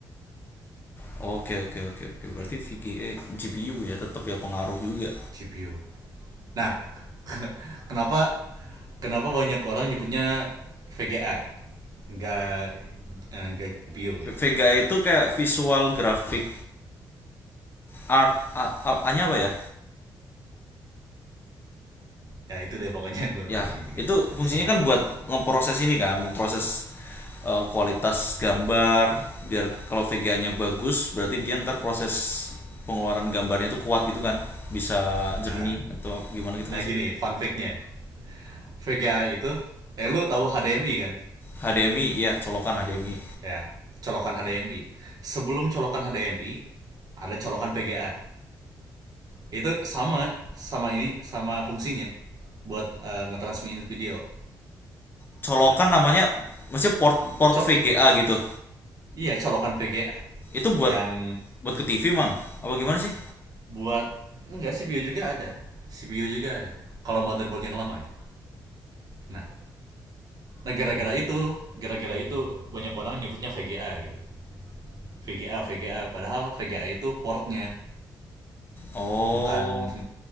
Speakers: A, on the left; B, on the right.
A: Oke, oke, oke, oke. Berarti
B: Ya,
A: VGA GPU ya tetap ya pengaruh juga.
B: CPU. Nah, <laughs> kenapa kenapa banyak orang nyebutnya VGA, nggak eh, nggak GPU gitu?
A: Vega itu kayak visual graphic art A- A- A-nya apa ya?
B: Ya itu deh pokoknya <laughs> gua lupa
A: ya
B: lagi juga
A: itu fungsinya
B: sama.
A: kan buat ngeproses ini kan memproses eh, kualitas gambar biar kalau VGA-nya bagus berarti dia ntar proses pengeluaran gambarnya itu kuat gitu kan bisa jernih
B: eh,
A: atau gimana gitu
B: nah
A: nggak
B: gini,
A: sih
B: fun fact-nya VGA itu, eh lu tahu HDMI kan?
A: HDMI ya colokan HDMI
B: Ya, colokan HDMI. Sebelum colokan HDMI ada colokan PGA. itu sama sama ini sama fungsinya buat eh, ngetransmitin video
A: colokan
B: nah
A: namanya maksudnya port port
B: cok
A: VGA gitu
B: iya colokan VGA
A: itu buat
B: yang
A: buat ke TV mang apa gimana sih
B: buat enggak CPU juga ada CPU juga ada kalau motherboard yang lama ya nah nah gara-gara itu gara-gara itu banyak orang nyebutnya VGA gitu VGA VGA padahal VGA itu portnya
A: oh
B: bukan <laughs>